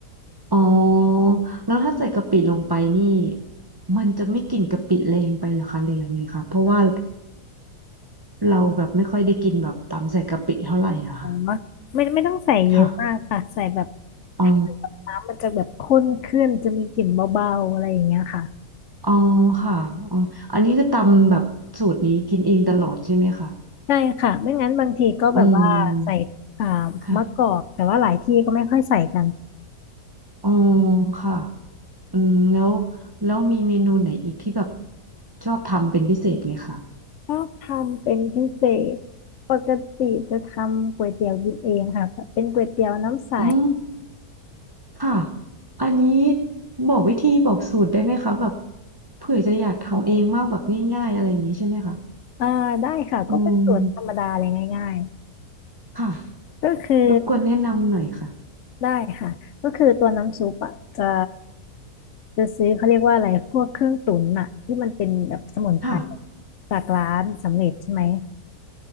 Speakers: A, on the right; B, on the left.
A: อ๋อแล้วถ้าใส่กะปิลงไปนี่มันจะไม่กลิ่นกะปิแรงไปเหรอคะเรียงเลยค่ะเพราะว่าเราแบบไม่ค่อยได้กินแบบตำใส่กะปิเท่าไหร่อะค่ะ
B: ไม่ไม่ต้องใส่เยอะมากค่ะใส่แบบ
A: ค่ะอ๋อ
B: ให้มันแบบน้ำมันจะแบบข้นขึ้นจะมีกลิ่นเบาๆอะไรอย่างเงี้ยค่ะ
A: อ๋อค่ะอ๋ออันนี้คือตำแบบสูตรนี้กินเองตลอดใช่ไหมคะ
B: ใช่ค่ะไม่งั้นบางทีก็แบบว่าใส่อ่า
A: อืมค่ะ
B: มะกอกแต่ว่าหลายที่ก็ไม่ค่อยใส่กัน
A: อ๋อค่ะอืมแล้วแล้วมีเมนูไหนอีกที่แบบชอบทำเป็นพิเศษไหมคะ
B: ชอบทำเป็นพิเศษปกติจะทำก๋วยเตี๋ยวกินเองค่ะเป็นก๋วยเตี๋ยวน้ำใส
A: อ๋อค่ะอันนี้บอกวิธีบอกสูตรได้ไหมคะแบบเผื่อจะอยากทำเองมากแบบง่ายๆอะไรอย่างนี้ใช่ไหมคะ
B: อ่าได้ค่ะก็เป็นสูตรธรรมดาเลยง่าย
A: อืมค่ะ
B: ๆก็คือ
A: รบกวนแนะนำหน่อยค่ะ
B: ได้ค่ะก็คือตัวน้ำซุปอะจะ จะซื้อเขาเรียกว่าอะไรพวกเครื่องตุ๋นอะที่มันเป็นแบบสมุนไพร
A: ค่ะ
B: จากร้านสำเร็จใช่ไหม